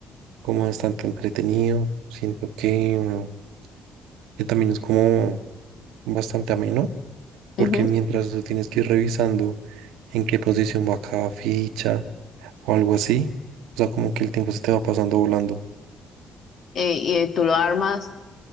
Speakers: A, on the right; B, on the left.
A: como bastante entretenido. Siento que, mm, que también es como bastante ameno, porque
B: Ujú.
A: mientras tú tienes que ir revisando en qué posición va cada ficha o algo así, o sea, como que el tiempo se te va pasando volando.
B: Eh, y eh, tú lo armas